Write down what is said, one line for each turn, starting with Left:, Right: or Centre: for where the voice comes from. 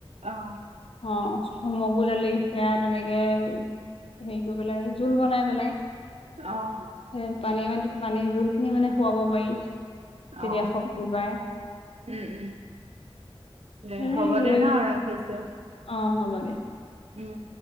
Right: অঁ অ অ।
Left: অঁ অ অ, মুগু দালি সেয়া তেনেকে হেৰি কৰি পেলাই জোল বনাই পেলাই।
Right: অ অ অ।
Left: এ পানী ইমানটো পানী যোনখিনি মানে খুৱাব পাৰি তেতিয়া
Right: অ
Left: শক্তি পায়।
Right: উম উম, দে
Left: এনে
Right: হ'ব
Left: কিবা
Right: দে ন
Left: কিবি
Right: ৰাখিছো।
Left: অ হ'ব দে।
Right: উম উ।